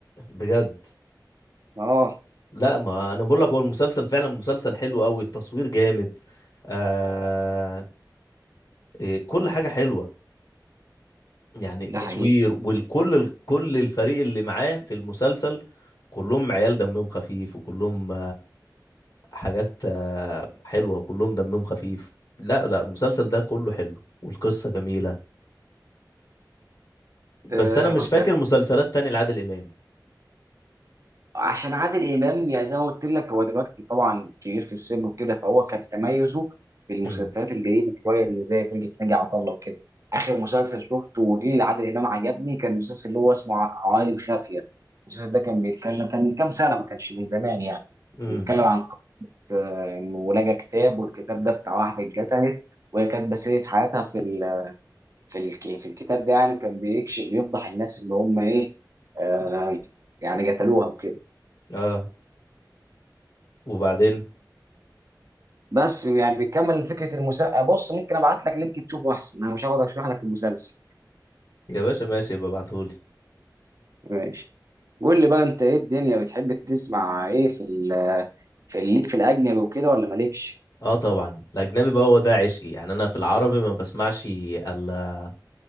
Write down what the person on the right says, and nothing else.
اه
ده
حقيقي
آه
كنت
عشان عادل امام يا زي ما قلت لك هو دلوقتي طبعا كبير في السن وكده فهو كان تميزه في المسلسلات
الجديده شويه اللي زي فرقه ناجي عطا الله وكده اخر مسلسل شفته وجه لعادل امام عجبني كان المسلسل اللي هو اسمه ع- عوالم خافيه المسلسل ده كان بيتكلم كان من كام سنه ما كانش من زمان يعني
بيتكلم عن قصه آه، انه لقى كتاب والكتاب ده بتاع واحده اتقتلت وهي كانت بسيرة حياتها في في الك... في الكتاب ده يعني كان بيكشف بيفضح الناس اللي هم ايه آه يعني قتلوها وكده
بس يعني بيكمل فكره المسلسل بص ممكن ابعت لك لينك تشوفه احسن انا مش هقعد اشرح لك المسلسل
ماشي قول لي بقى انت ايه الدنيا بتحب تسمع ايه في ال... في ليك في الاجنبي وكده ولا مالكش